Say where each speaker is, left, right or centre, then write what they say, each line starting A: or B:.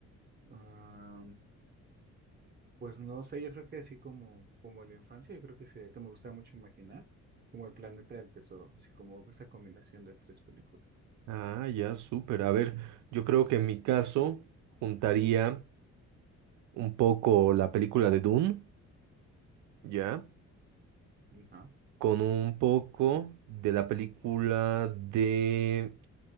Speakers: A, on the right; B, on the right.
A: ah, pues no sé, yo creo que así como, como la infancia, yo creo que sería que me gusta mucho imaginar, como El Planeta del Tesoro, así como esa combinación de tres películas.
B: Ah, ya, súper. A ver, yo creo que en mi caso juntaría un poco la película de Dune, ¿ya?
A: Ajá.
B: Con un poco de la película de